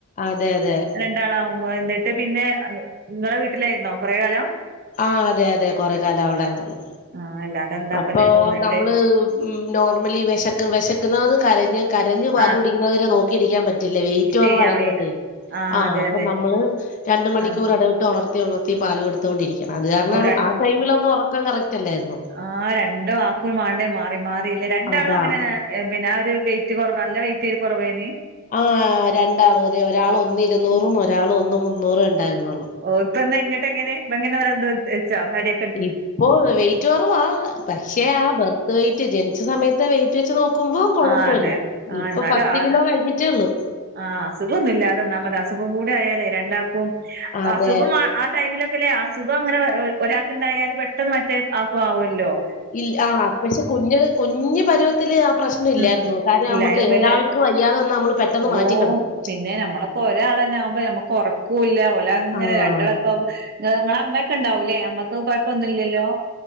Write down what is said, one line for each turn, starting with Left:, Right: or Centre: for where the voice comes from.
Left: അതെ അതെ.
Right: ണ്ടാളാവുമ്മ്പൊ എന്നിട്ട് പിന്നെ ങ്ങളെ വീട്ടിലേര്ന്നോ കൊറെ കാലം.
Left: ആഹ് അതെ അതെ കൊറെ കാലം അവിടായിരുന്നു
Right: ആ അല്ലാതെ എന്താപ്പല്ലേ
Left: അപ്പൊ
Right: പോന്നിട്ട്
Left: നമ്മള് ഉം നോർമലി വെശക്ക് വെശക്കുന്നത് കരഞ്ഞ് കരഞ്ഞ് പാല്
Right: ആ
Left: പിടിക്കുന്നതു വരെ നോക്കിയിരിക്ക്യാ പറ്റ റ്റില്ല വെയിറ്റ് കൊറവായതൊണ്ടേ
Right: ചെയ്യാൻ വയ്യ ആ
Left: ആഹ്
Right: അതെ
Left: അപ്പ
Right: അതെ
Left: നമ്മള് രണ്ട് മണിക്കൂർ
Right: ആ
Left: ഇടവിട്ട് ഒണർ ത്തി ഒണർത്തി പാല് കൊടുത്തോണ്ടിരിക്കണം അത് കാരണം
Right: ഓ
Left: ആ ടൈമിലൊന്നും ഒറക്കം കറക്റ്റ് അല്ലായിരുന്നു.
Right: ആഹ് രണ്ട് മാൾക്കു മാണ്ടേ മാറി മാറിയില്ലേ രണ്ടാളും
Left: അതാ.
Right: അങ്ങനെന്നെ. ഏഹ് പിന്നെ ആ ഒരു വെയിറ്റ് കൊറവ് നല്ല വെറ്റെ കൊറവേനി.
Left: ആഹ് രണ്ടാളും അതെ ഒരാള് ഒന്ന് ഇരുന്നൂറും ഒരാള് ഒന്നും മുന്നൂറെ ണ്ടായിരുന്നുള്ളു.
Right: ഓഹ് ഇപ്പ എന്നാ ഇങ്ങട്ടെങ്ങനെ പ്പങ്ങനണ്ട്ത് വെച്ചോ തടി
Left: ഇപ്പോ വെയിറ്റ് കൊറവാ പക്ഷെ ആ ബെർത്ത് വെയിറ്റ് ജൻച്ച സമയത്ത് വെയിറ്റ് വെച്ച് നോ ക്കുമ്പൊ കൊഴപ്പല്ല
Right: ആ അതെ ആ
Left: ഇപ്പം
Right: എന്നാലും
Left: പത്ത്
Right: ആ
Left: കിലോ കഴിഞ്ഞിട്ടേ ള്ളൂ.
Right: ആഹ് അസുഖംന്നുമില്ലാതെന്നാ മതി അസുഖം കൂടെ ആയാലേ രണ്ടാക്കും
Left: അതെ
Right: അസുഖമാ ആ ടൈമിലൊക്കെല്ലേ അസുഖം ങ്ങനെ ഒരാക്ക്ണ്ടായാല് പെട്ടെന്ന് മറ്റേ ആക്കു ആവ്വല്ലോ.
Left: ഇൽ ആഹ് പക്ഷെ കുഞ്ഞ് കുഞ്ഞു പരുവത്തില് ആ പ്രശ്നം ഇല്ലായിര്ന്നു
Right: ഉം
Left: കാരണം
Right: ഇല്ലായിരുന്നില്ലേ
Left: നമ്മക്കെ ഒരാൾ ക്ക് വയ്യാതെ വന്നാ നമ്മൾ പെട്ടന്ന്
Right: ഓ
Left: മാറ്റി കെടത്തും.
Right: പിന്നെ നമ്മളൊക്കൊരാളെന്നെ ആകുമ്പ ഞമ്മക്കൊർക്കൂല്ല ഓലങ്ങനെ
Left: ആഹ്
Right: രണ്ടളൊക്കെ ആവുമ്പ. ഏഹ് ങ്ങളെ മ്മെക്കെണ്ടാവു ലേ അമ്മക്ക് കൊഴ്പ്പൊന്നുല്ലല്ലോ.